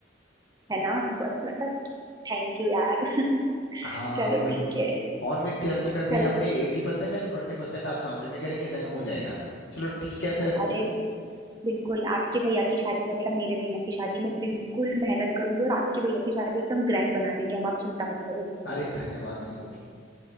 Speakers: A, on the right; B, on the left.
A: है ना बट मतलब थैंक यू यार
B: हाँ
A: चलो
B: वही
A: ठीक है
B: फोन में इतनी हेल्प कर दी
A: चल
B: है आपने एटी परसेंट एंड ट्वेंटी परसेंट आप सामने में करेंगे देन हो जाएगा चलो ठीक है फिर
A: अरे बिल्कुल आपके भैया की शादी मतलब मेरे भैया की शादी में बिल्कुल मेहनत करूंगी और आपके भैया की शादी एकदम ग्रैंड बना देंगे हम आप चिंता मत करो
B: अरे धन्यवाद बिल्कुल